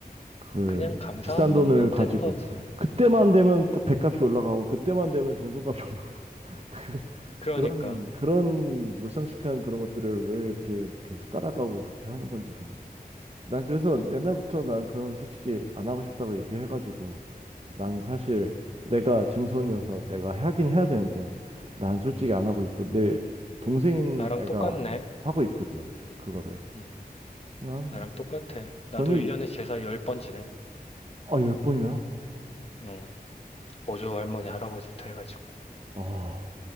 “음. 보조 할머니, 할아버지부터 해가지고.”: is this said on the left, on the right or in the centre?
Left